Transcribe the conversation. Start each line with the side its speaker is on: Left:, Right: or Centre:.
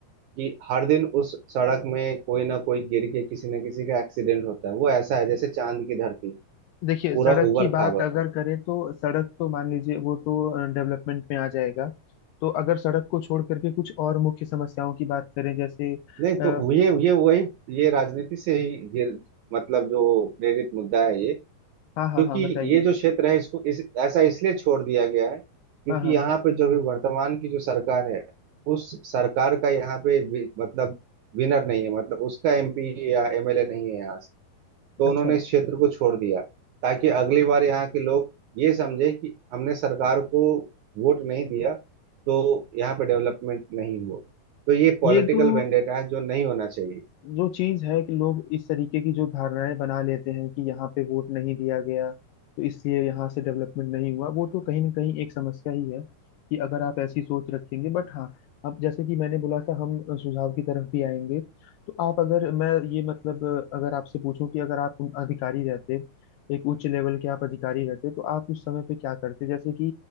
Right: कि हर दिन उस सड़क में कोई ना कोई गिर के किसी न किसी का एक्सीडेंट होता है वो ऐसा है जैसे चांद की धरती
Left: देखिए
Right: पूरा
Left: सड़क
Right: उबड़
Left: की बात
Right: खाबड़
Left: अगर करें तो सड़क तो मान लीजिए वो तो डेवलपमेंट में आ जाएगा तो अगर सड़क को छोड़ करके कुछ और मुख्य समस्याओं की बात करें जैसे
Right: नहीं
Left: आ,
Right: तो ये ये वही ये राजनीति से ही ये मतलब जो प्रेरित मुद्दा है ये क्योंकि
Left: हाँ हाँ हाँ बताइए
Right: ये जो क्षेत्र है इसको इस ऐसा इसलिए छोड़ दिया गया है क्योंकि
Left: हाँ हाँ
Right: यहाँ पे जो भी वर्तमान की जो सरकार है उस सरकार का यहाँ पे वि- मतलब विनर नहीं है मतलब उसका एमपी या एमएलए नहीं है यहाँ तो
Left: अच्छा
Right: उन्होंने इस क्षेत्र को छोड़ दिया ताकि अगली बार यहाँ के लोग ये समझे कि हमने सरकार को वोट नहीं दिया तो यहाँ पे डेवलपमेंट नहीं हुआ तो ये पॉलिटिकल
Left: ये तो
Right: वेंडेटा है जो नहीं होना चाहिए
Left: जो चीज है कि लोग इस तरीके की जो धारणाएं बना लेते हैं कि यहाँ पे वोट नहीं दिया गया तो इसलिए यहाँ से डेवलपमेंट नहीं हुआ वो तो कहीं ना कहीं एक समस्या ही है कि अगर आप ऐसी सोच रखेंगे बट हाँ अब जैसे कि मैंने बोला था हम सुझाव की तरफ भी आएंगे तो आप अगर मैं ये मतलब अगर आपसे पूछूं कि अगर आप अधिकारी रहते एक उच्च लेवल के आप अधिकारी रहते तो आप उस समय पे क्या करते जैसे कि